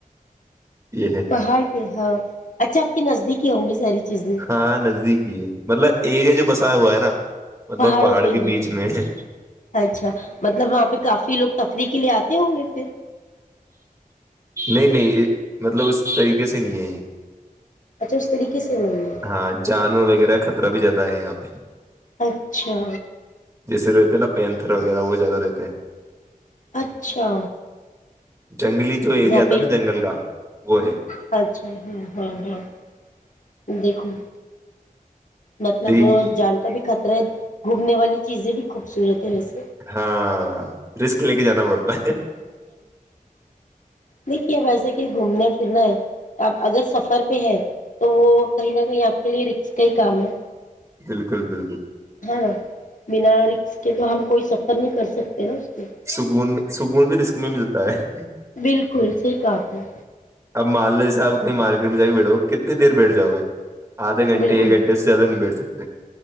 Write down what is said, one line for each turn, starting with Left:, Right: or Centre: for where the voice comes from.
Right: یہ ہے
Left: پہاڑ پہ ہاں اچھا آپ کے نزدیک ہوں گی ساری چیزیں
Right: ہاں نزدیک ج مطلب ایریا جو بسایا ہوا ہے نا مطلب
Left: پہاڑوں
Right: پہاڑ
Left: پہ
Right: کے
Left: ہے
Right: بیچ میں ہے
Left: اچھا مطلب وہاں پہ کافی لوگ تری ری کے لیے آتے ہوں گے پھر
Right: نہیں نہیں مطلب اس طریقے سے نہیں ہے
Left: اچھا اس طریقے سے نہیں
Right: ہاں جانور وغیرہ خطرہ بھی جاتا یہاں پہ
Left: اچھا
Right: جیسے رہتے نا پینتر وغیرہ وہ زیادہ رہتے ہیں
Left: اچھا
Right: جنگلی جو ایریا
Left: یہاں
Right: تھا
Left: پہ
Right: نا جنگل کا وہ ہے
Left: اچھا ہاں ہاں ہاں دیکھو مطلب
Right: لیکن
Left: وہ جان کا بھی ختم گھومنے والی چیزیں بھی خوبصورت ہے ویسے
Right: ہاں ہاں رسک لے کے جنا برتاتے
Left: دکھے ھایی کہ گھومنا پھرنا ہے تو آپ اگر سفر پہ ہے تو وہ کہیں نہ کہیں آپ کے لیے ر اس کا ہی کام ہے
Right: بالکل بالکل
Left: ہے نا بنا رکس کے تو ہم کوئی سفر نہیں کر سکتے نا میں
Right: سکون سکون بھی رسک میں ملتا ہے
Left: بالکل صحی کام نے
Right: اب مال لے سے آپ کہیں مارکیٹ میں جا کے بیٹھو گے کتنی دیر بیٹھ جاؤ گے آدھے گھنٹے
Left: بالکل
Right: ایک گھنٹے اسے زیادہ نہیں بیٹھ سکتے